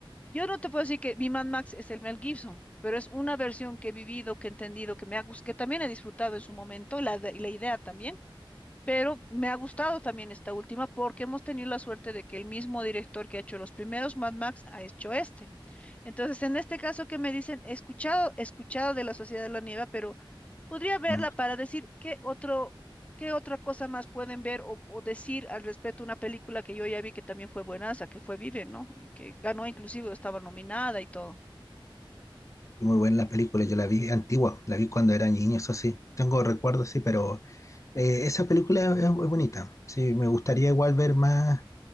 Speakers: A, on the left; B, on the left.
A: Yo no te puedo decir que mi Mad Max es el Mel Gibson. Pero es una versión que he vivido, que he entendido, que me ha gustado, que también he disfrutado en su momento, y la, de- y la idea también, pero me ha gustado también esta última porque hemos tenido la suerte de que el mismo director que ha hecho los primeros Mad Max ha hecho este. Entonces, en este caso que me dicen, he escuchado, he escuchado de la Sociedad de la Nieve, pero podría verla
B: Mm.
A: para decir qué otro, qué otra cosa más pueden ver o, o decir al respecto a una película que yo ya vi que también fue buenaza, que fue Vive, ¿no? Y que ganó inclusive, o estaba nominada y todo.
B: Y muy buena la película, yo la vi antigua, la vi cuando era niño, eso sí. Tengo recuerdos, sí, pero Eh, esa película es, es bonita. Sí, me gustaría igual ver más,